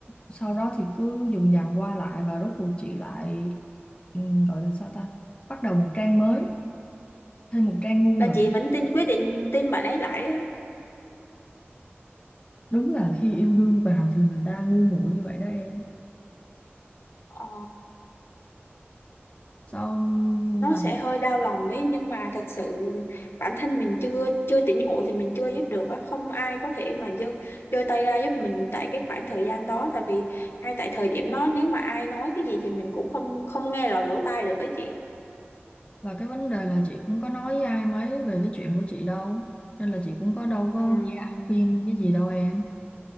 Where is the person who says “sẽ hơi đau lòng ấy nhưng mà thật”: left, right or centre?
Left